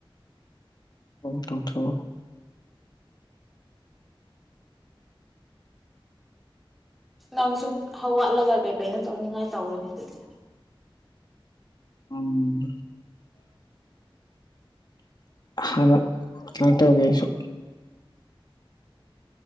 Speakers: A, on the left; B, in the centre.
A: ꯑꯣ ꯇꯣꯛꯊꯣꯎ꯫
B: ꯅꯪꯁꯨ ꯍꯧꯒꯠꯂꯒ ꯀꯩ ꯀꯩꯅꯣ ꯇꯧꯅꯤꯡꯉꯥꯏ ꯇꯧꯔꯅꯦ ꯑꯗꯨꯗꯤ꯫
A: ꯎꯝ꯫ ꯍꯥꯟꯅ ꯀꯩꯅꯣ ꯇꯩꯒꯦ ꯑꯩꯁꯨ꯫